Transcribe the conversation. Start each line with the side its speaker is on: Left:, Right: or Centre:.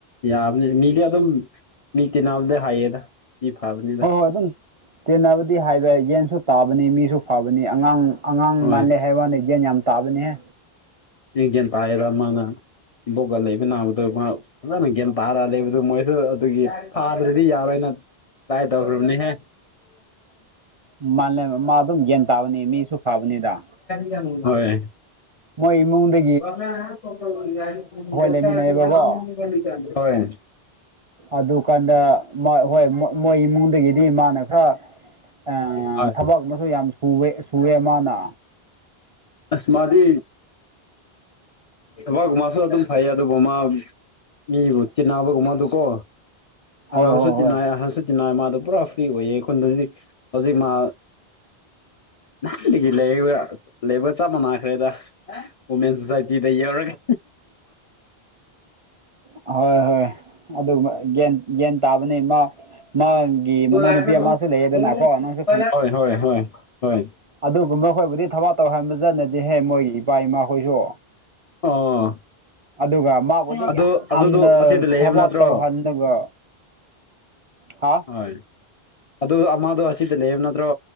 Left: ꯌꯥꯕꯅꯦ ꯃꯤꯗꯤ ꯑꯗꯨꯝ ꯃꯤ ꯇꯤꯅꯕꯗꯣ ꯍꯥꯏꯌꯦꯗ ꯃꯤ ꯐꯕꯅꯦ
Right: ꯍꯣꯏ ꯍꯣꯏ ꯑꯗꯨꯝ ꯇꯦꯟꯅꯕꯗꯤ ꯍꯥꯏꯕ ꯌꯦꯟꯁꯨ ꯇꯥꯕꯅꯤ ꯃꯤꯁꯨ ꯐꯕꯅꯤ ꯑꯉꯥꯡ ꯑꯉꯥꯡ
Left: ꯍꯣꯏ
Right: ꯃꯥꯜꯂꯦ ꯍꯥꯏꯕ ꯋꯥꯅꯦ ꯒꯦꯟ ꯌꯥꯝ ꯇꯥꯕꯅꯤꯍꯦ꯫
Left: ꯒꯌ꯭ꯥꯟ ꯇꯥꯏꯔ ꯃꯥꯅ ꯏꯕꯣꯛꯀ ꯂꯩꯕ ꯅꯥꯕꯗꯣ ꯃꯥ ꯗꯨꯃꯥꯏꯅ ꯒꯦꯟ ꯇꯥꯔ ꯂꯩꯕꯗꯨ ꯃꯣꯏꯁꯨ ꯑꯗꯨꯒꯤ ꯐꯥꯗ꯭ꯔꯗꯤ ꯌꯥꯔꯣꯏꯅ ꯇꯥꯏ ꯇꯧꯈꯔꯕꯅꯤꯍꯦ
Right: ꯃꯥꯜꯂꯦ ꯃꯥ ꯑꯗꯨꯝ ꯒ꯭ꯌꯥꯟ ꯇꯥꯕꯅꯤ ꯃꯤꯁꯨ ꯐꯕꯅꯤꯗ
Left: <unintelligible> ꯍꯣꯏ꯫
Right: ꯃꯣꯏ ꯏꯃꯨꯡꯗ
Left: <unintelligible>
Right: ꯂꯩꯃꯤꯟꯅꯩꯕꯀꯣ ꯑꯗꯨꯀꯥꯟꯗ ꯃꯥ ꯍꯣꯏ ꯃꯣꯏ ꯏꯃꯨꯡꯗꯒꯤ ꯗꯤ ꯃꯥꯅ ꯈꯔ ꯑ
Left: ꯍꯣꯏ
Right: ꯊꯕꯛ ꯑꯃꯁꯨ ꯌꯥꯝ ꯁꯨꯋꯦ ꯁꯨꯋꯦ ꯃꯥꯅ꯫
Left: ꯑꯁꯃꯥꯗꯤ ꯑꯕ ꯃꯥꯁꯨ ꯑꯗꯨꯝ ꯐꯩ ꯑꯗꯨ ꯃꯃ ꯏꯤꯅꯥꯕꯒ ꯃꯥꯗꯨ ꯀꯣ ꯑꯉꯥꯡꯁꯨ
Right: ꯍꯣꯏ ꯍꯣꯏ
Left: ꯇꯤꯟꯅꯏ
Right: ꯍꯣꯏ
Left: ꯑꯍꯟꯁꯨ ꯇꯤꯟꯅꯏ ꯃꯥꯗꯣ ꯄꯨꯔꯥ ꯐ꯭ꯔꯤ ꯑꯣꯏꯌꯦ ꯑꯩꯈꯣꯏꯗ ꯍꯧꯖꯤꯛ ꯍꯧꯖꯤꯛ ꯃꯥ ꯅꯒꯤ ꯂꯩꯕ ꯂꯦꯕꯔ ꯆꯥꯃꯅꯥꯈ꯭ꯔꯦꯗ ꯋꯨꯃꯦꯟ ꯁꯣꯁꯥꯏꯇꯤꯗ ꯌꯧꯔꯒ
Right: ꯍꯣꯏ ꯍꯣꯏ ꯑꯗꯨꯒꯨꯝꯕ ꯒ꯭ꯌꯥꯟ ꯒ꯭ꯌꯥꯟ ꯇꯥꯕꯅꯤ ꯃꯥ ꯃꯥꯒꯤ ꯃꯅꯥꯎꯅꯨꯄꯤ
Left: <inaudible>
Right: ꯑꯃꯁꯨ ꯂꯩꯌꯦꯗꯅꯀꯣ
Left: <inaudible>
Right: ꯅꯪꯁꯨ
Left: ꯍꯣꯏ ꯍꯣꯏ ꯍꯣꯏ ꯍ
Right: ꯑꯗꯨꯒꯨꯝꯕꯈꯣꯏꯕꯨꯗꯤ ꯊꯕꯛ ꯇꯧꯍꯟꯕ ꯆꯠꯅꯗꯤꯍꯦ ꯃꯣꯏꯒꯤ ꯏꯄꯥ ꯏꯃꯥꯈꯣꯏꯁꯨ
Left: ꯑꯥ
Right: ꯑꯗꯨꯒ ꯃꯥꯕꯨꯗꯤ
Left: ꯑꯗꯨ
Right: ꯌꯥꯝꯅ
Left: ꯑꯗꯨꯗꯣ ꯑꯁꯤꯗ ꯂꯩꯌꯦꯕ
Right: ꯊꯕꯛ
Left: ꯅꯠꯇ꯭ꯔꯣ
Right: ꯇꯧꯍꯜꯂꯒ ꯍꯥ
Left: ꯍꯣꯏ ꯑꯗꯨ ꯑꯃꯗꯣ ꯑꯁꯤꯗ ꯂꯩꯌꯦꯕ ꯅꯠꯇ꯭ꯔꯣ